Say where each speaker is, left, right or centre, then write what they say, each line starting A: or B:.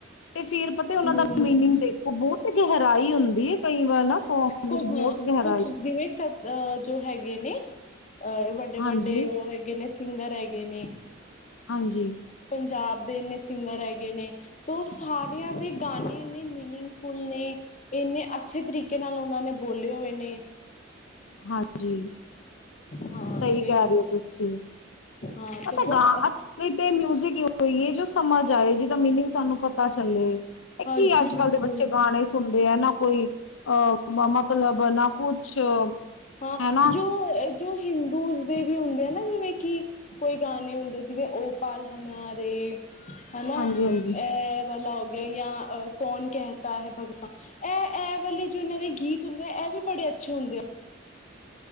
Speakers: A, on the left; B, on the left.
A: ਤੇ ਫਿਰ ਪਤਾ
B: ਹਮ
A: ਉਹਨਾਂ ਦਾ ਮੀਨਿੰਗ ਦੇਖੋ ਬਹੁਤ ਕਿ ਟਰਾਈ ਹੁੰਦੀ ਕਈ ਵਾਰ ਨਾ ਸੌਂਗ
B: ਹਾਂ
A: ਵਿੱਚ ਬਹੁਤ ਗੈਪ
B: ਜਿਵੇਂ ਸਬ ਅ ਜੋ ਹੈਗੇ ਨੇ ਅਹ ਇਹ ਵੱਡੇ-ਵੱਡੇ
A: ਹਾਂਜੀ,
B: ਉਹ ਹੈਗੇ ਨੇ ਸਿੰਗਰ ਹੈਗੇ ਨੇ
A: ਹਾਂਜੀ
B: ਪੰਜਾਬ ਦੇ ਇੰਨੇ ਸਿੰਗਰ ਹੈਗੇ ਨੇ ਤਾਂ ਸਾਰਿਆਂ ਦੇ ਗਾਣੇ ਇੰਨੇ ਮੀਨਿੰਗਫੁਲ ਨੇ ਇੰਨੇ ਅੱਛੇ ਤਰੀਕੇ ਨਾਲ ਉਹਨਾਂ ਨੇ ਬੋਲੇ ਹੋਏ ਨੇ
A: ਹਾਂਜੀ
B: ਹਾਂ
A: ਸਹੀ
B: ਤੇ
A: ਕਹਿ ਰਹੇ ਹੋ ਤੁਸੀਂ
B: ਹਾਂ
A: ਮ
B: ਤੇ ਬਹੁਤ
A: ਗ ਅਸਲੀ ਮਿਊਜ਼ਿਕ ਹੋਏ ਜੋ ਸਮਾਂ ਆਏ ਜਿਹਦਾ ਮੀਨਿੰਗ ਸਾਨੂੰ ਪਤਾ ਚੱਲੇ ਇਹ ਕੀ
B: ਹਾਂਜੀ
A: ਅੱਜ
B: ਬਿਲਕੁਲ
A: ਕੱਲ੍ਹ ਦੇ ਬੱਚੇ ਗਾਣੇ ਸੁਣ ਦੇ ਹੈ ਨਾ ਕੋਈ ਅਹ ਮਮਾਤਾਲ ਬਨਾ ਕੁਛ
B: ਹਾਂ
A: ਹੈਨਾ
B: ਜੋ ਜੋ ਹਿੰਦੂ ਦੇ ਵੀ ਹੁੰਦੇ ਆ ਨਾ ਜਿਵੇਂ ਕਿ ਕੋਈ ਗਾਣੇ ਹੁੰਦੇ ਜਿਵੇਂ ਓ ਪਾਲ ਹਨਨਾਰੇ ਹਨਾ
A: ਹਾਂਜੀ ਹਾਂਜੀ
B: ਇਹ ਵਲਾ ਜਾਂ ਕੌਣ ਕਹਿਤਾ ਹੈ ਭਗਵਾਨ ਇਹ ਇਹ ਵਾਲੇ ਜੋ ਇਹਨਾਂ ਦੇ ਗੀਤ ਹੁੰਦੇ ਆ ਇਹ ਵੀ ਬੜੇ ਅੇ ਅੱਛੇ ਹੁੰਦੇ ਆ